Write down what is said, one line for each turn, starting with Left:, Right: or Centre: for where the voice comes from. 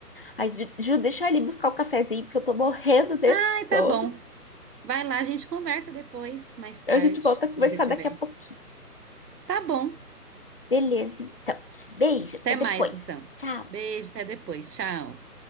Left: Ai, Ju, deixa eu ali buscar o cafezinho, porque eu tô morrendo de
Right: Ai,
Left: sono.
Right: tá bom. Vai lá, a gente conversa depois, mais tarde,
Left: A gente volta a conversar
Right: se você tiver.
Left: daqui a pouquinho.
Right: Tá bom.
Left: Beleza, então. Beijo, até
Right: Até
Left: depois.
Right: mais, então.
Left: Tchau.
Right: Beijo, até depois. Tchau.